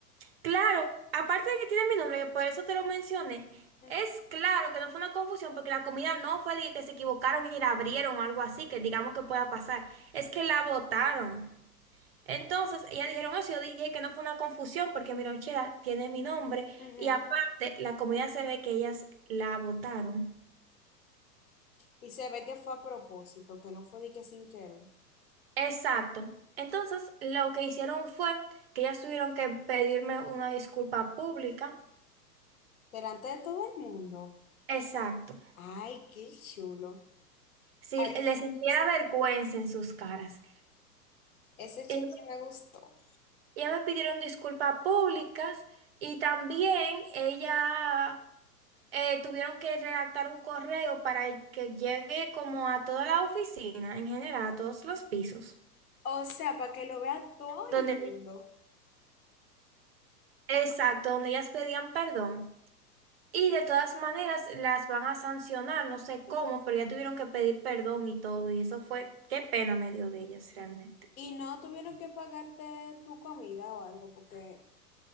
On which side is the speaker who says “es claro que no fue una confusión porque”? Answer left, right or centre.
Right